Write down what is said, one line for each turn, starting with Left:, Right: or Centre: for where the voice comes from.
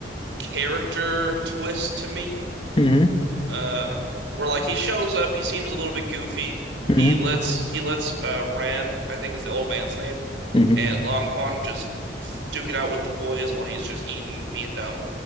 Right: character twist to me
Left: hmm
Right: uh where like he shows up, he seems a little bit goofy.
Left: hmm
Right: He lets he lets uh Ran, I think is the old man's name,
Left: hmm
Right: and Longfong just duke it out with the boys while he's just eating, being dumb.